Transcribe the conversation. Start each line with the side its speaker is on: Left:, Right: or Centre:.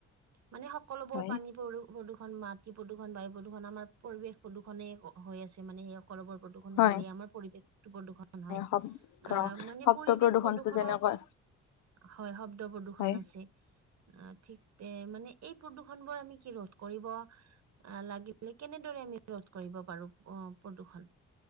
Right: মানে সকলোবোৰ
Left: হয়।
Right: পানী পদূ প্ৰদূৰষণ, মাটি প্ৰদূষণ, বায়ু প্ৰদূৰণ আমাৰ পৰিৱেশ প্ৰদূষণে হৈ আছে মানে সেই স কলোবোৰ প্ৰদূষণে
Left: হয়
Right: হ'লে আমাৰ পৰিৱেশটো প্ৰদূষণ হয়।
Left: শব ধৰক
Right: আহ মানে
Left: শব্দ
Right: পৰিৱেশ
Left: প্ৰদূষণটো
Right: প্ৰদূৰ্ষনৰ
Left: যেনেকুৱা
Right: হয় শব্দ প্ৰদূৰ্ষন
Left: হয়
Right: আছে। অ ঠিক তে মানে এই প্ৰদূষন বোৰ আমি কি ৰোধ কৰিব লাগিলে কেনেদৰে আমি ৰোধ কৰিব পাৰো অ প্ৰদূষন?